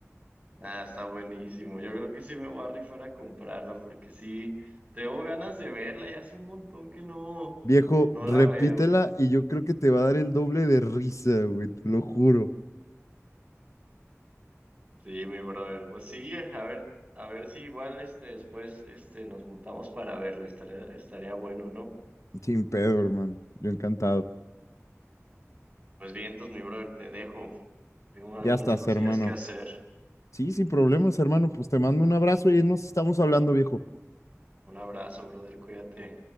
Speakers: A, on the right (about 20°); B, on the left (about 75°).
A: nada, está buenísimo. Yo creo que sí me voy a rifar a comprarla porque sí, tengo ganas de verla y hace un montón que no,
B: Viejo,
A: no
B: repítela
A: la veo.
B: y yo creo que te va a dar el doble de risa, güey, te lo juro.
A: Sí, mi brother. Pues sí, a ver, a ver si igual este después este nos juntamos para verla. Estaría, estaría bueno, ¿no?
B: Sin pedo, hermano. Yo encantado.
A: Pues bien, entonces, mi brother, te dejo. Tengo algunas
B: Ya estás,
A: cosillas
B: hermano.
A: que hacer.
B: Sí, sin problemas, hermano. Pues te mando un abrazo y nos estamos hablando, viejo.
A: Un abrazo, brother, cuídate.